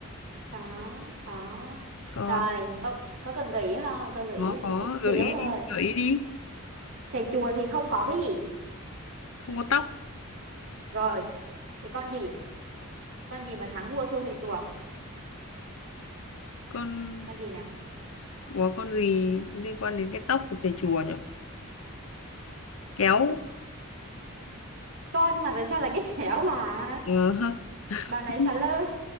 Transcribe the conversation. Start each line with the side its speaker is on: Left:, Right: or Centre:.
Right: có có
Left: con
Right: rồi có có cần gợi ý không tôi gợi
Left: nó
Right: ý là một
Left: có
Right: chút xíu
Left: gợi ý
Right: thôi
Left: đi gợi ý đi
Right: thầy chùa thì không có cái gì
Left: không có tóc
Right: rồi thì con gì con gì mà thắng vua thua thầy chùa
Left: con
Right: con gì nè
Left: Ủa con gì liên quan đến cái tóc của thầy chùa nhỉ kéo
Right: con mà tại sao là cái khéo bà
Left: ờ hơ.
Right: bà này
Left: <laughs>
Right: xà lơ